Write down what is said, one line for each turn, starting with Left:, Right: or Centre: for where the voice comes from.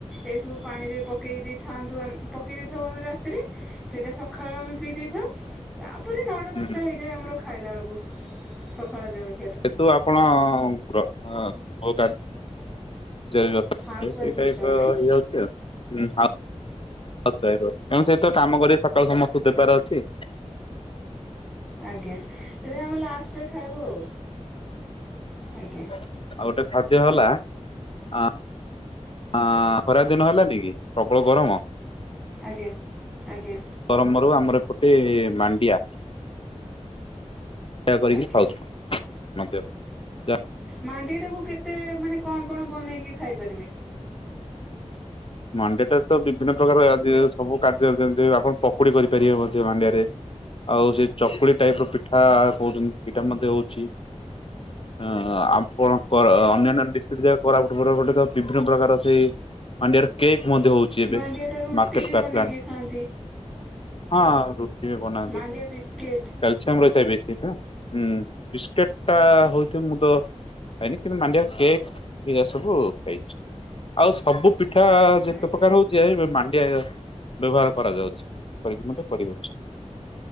Centre: ଏସବୁ ପାଣିରେ ପକେଇ ଦେଇଥାନ୍ତୁ ଆମ୍ ପକେଇ ଦେଇଥାଉ ଆମେ ରାତିରେ ସେଇଟା ସକାଳୁ ଆମେ ପି ଦେଇଥାଉ ତାପରେ ନଅଟା
Left: ହୁଁ
Centre: ଦଶଟା ହେଇଯାଏ ଆମର ଖାଇଲା ବେଳକୁ ସକାଳ ଜଳ
Left: ସେଠୁ ଆପଣ-ଅଁ-ଙ୍କର-ଆ ହୋଉ କାଟ <unintelligible>
Centre: ହାଉସ୍ ୱାଇଫ୍ ଅଛୁ ଆମେ
Left: ହେଇଯାଉଛି ଆଉ ହଁ <unintelligible> ଏଣୁ ସେଇତ କାମ କରି ସକାଳୁ ସମସ୍ତ ଦେବାର ଅ ଠିକ୍।
Centre: ଆଜ୍ଞା ଦିଦି ଆମେ ଲାଷ୍ଟରେ ଖାଇବୁ ଆଉ। ଆଜ୍ଞା।
Left: ଆଉ ଗୋଟେ ଖାଦ୍ୟ ହେଲା ଆ ଆଁ-ଖରା ଦିନ ହେଲାନିକି ପ୍ରବଳ ଗରମ।
Centre: ଆଜ୍ଞା ଆଜ୍ଞା
Left: ପରମରୁ ଆମର ଏପଟେ ମାଣ୍ଡିଆ। ସେୟା କରିକି
Centre: ଆଜ୍ଞା
Left: ଖାଉଛୁ। <unintelligible> ଯା।
Centre: ମାଣ୍ଡିଆଟାକୁ କେତେ ମାନେ କଣ କଣ ବନେଇକି ଖାଇପାରିବେ?
Left: ମାଣ୍ଡିଆଟା ତ ବିଭିନ୍ନ ପ୍ରକାର ଆଜି ସବୁ କାର୍ଯ୍ୟରେ ଯେମିତି ଆପଣ ପକୁଡି କରିପାରିବେ ମଧ୍ୟ ମାଣ୍ଡିଆରେ ଆଉ ସେ ଚକୁଳି ଟାଇପର ପିଠା କହୁଛନ୍ତି ସେଇଟା ମଧ୍ୟ ହଉଛି। ଏଁ-ଆ କଣ କର ଅନ୍ୟାନ୍ୟ ଡିଷ୍ଟିକ୍ଟ ଯା-କୋରାପୁଟ ଫୋରପୁଟ ତ ବିଭିନ୍ନ ପ୍ରକାର ସେଇ ମାଣ୍ଡିଆର କେକ୍ ମଧ୍ୟ ହଉଛି ଏବେ
Centre: ମାଣ୍ଡିଆଟା ରୁଟି
Left: ମାର୍କେଟକୁ
Centre: ବି ବନେଇକି
Left: ଆସିଲାଣି।
Centre: ଖାଆନ୍ତି
Left: ହଁ ରୁଟି ବି ବନାନ୍ତି।
Centre: ମାଣ୍ଡିଆ ବିସ୍କିଟ୍
Left: କ୍ୟାଲସିୟମ ରହିଥାଏ ବି ସେଇଟା। ହୁଁ ବିସ୍କିଟ୍ ଟା ହଉଛି ତେ ମୁଁ ତ ଖାଇନି କିନ୍ତୁ ମାଣ୍ଡିଆ କେକ୍ ଏଇରା ସବୁ ଖାଇଚି ଆଉ ସବୁ ପି ପିଠା ଯେତେ
Centre: ଆଜ୍ଞା
Left: ପ୍ରକାର ହଉଚି ଏ ଇ ମାନ୍- ଏ ଆଇ ର ବ୍ୟବହାର କରାଯାଉଚି କରିକି ମଧ୍ୟ କରିହଉଚି।